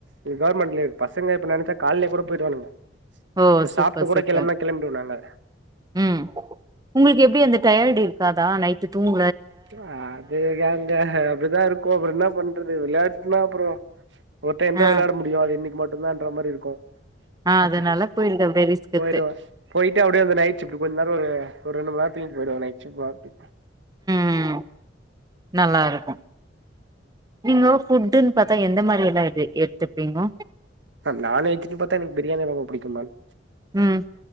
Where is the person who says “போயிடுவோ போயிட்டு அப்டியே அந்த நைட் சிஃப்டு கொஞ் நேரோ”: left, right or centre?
Right